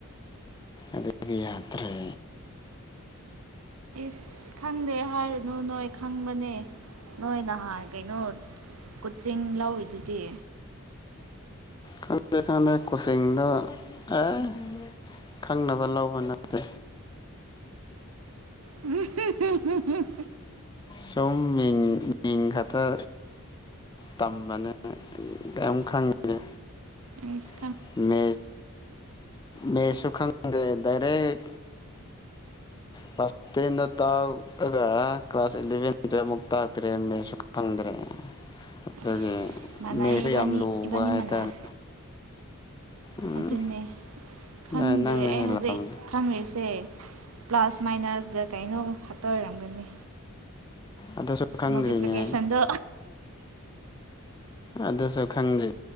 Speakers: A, on the left; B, on the right.
A: ꯑꯗꯨꯒꯤ ꯌꯥꯇ꯭ꯔꯦ
B: ꯑꯁ ꯈꯪꯗꯦ ꯍꯥꯏꯔꯨꯅꯨ ꯅꯣꯏ ꯈꯪꯕꯅꯦ ꯅꯣꯏ ꯅꯍꯥꯟ ꯀꯩꯅꯣ ꯀꯣꯆꯤꯡ ꯂꯧꯔꯤꯗꯨꯗꯤ
A: ꯈꯪꯗꯦ ꯈꯪꯗꯦ ꯀꯣꯆꯤꯡꯗꯣ ꯑꯥ ꯈꯪꯅꯕ ꯂꯧꯕ ꯅꯠꯇꯦ
B: ꯎꯍꯨꯝ ꯍꯨꯝ ꯍꯨꯝ
A: ꯁꯨꯝ ꯃꯤꯡ ꯃꯤꯡ ꯈꯛꯇ ꯇꯝꯕꯅꯦ ꯀꯩꯝ ꯈꯪꯗꯦ
B: ꯏꯁ
A: <unintelligible> ꯃꯦꯁꯁꯨ ꯈꯪꯗꯦ ꯗꯥꯏꯔꯦꯛ ꯀ꯭ꯂꯥꯁ ꯇꯦꯟꯗ ꯇꯥꯛꯑꯒ ꯀ꯭ꯂꯥꯁ ꯏꯂꯚꯦꯟ ꯇꯨꯋꯦꯞ ꯑꯃꯨꯛ ꯇꯥꯛꯇ꯭ꯔꯦ ꯃꯦꯁꯁꯨ ꯗ꯭ꯔꯦ ꯑꯗꯨꯗꯒꯤ
B: ꯑꯁ ꯃꯥꯟꯅꯩ
A: ꯃꯦꯁꯨ
B: ꯏꯕꯥꯅꯤ
A: ꯌꯥꯝ ꯂꯨꯕ
B: ꯏꯕꯥꯅꯤ
A: ꯍꯥꯏꯇꯥꯔꯦ
B: ꯃꯥꯟꯅꯩ
A: ꯎꯝ
B: ꯑꯗꯨꯅꯦ ꯈꯪꯗ꯭ꯔꯦ
A: ꯅꯪꯅ
B: ꯑꯩ
A: ꯍꯦꯜꯂꯝꯅꯤ
B: ꯍꯧꯖꯤꯛ ꯈꯪꯉꯔꯤꯁꯦ ꯄ꯭ꯂꯥꯁ ꯃꯥꯏꯅꯁꯇ ꯀꯩꯅꯣ ꯈꯠꯇ ꯑꯣꯏꯔꯝꯒꯅꯤ
A: ꯑꯗꯨꯁꯨ ꯈꯪꯗ꯭ꯔꯤꯅꯦ
B: ꯃꯜꯇꯤꯄ꯭ꯂꯤꯀꯦꯁꯟꯗꯣ
A: ꯑꯗꯨꯁꯨ ꯈꯪꯗ꯭ꯔꯤ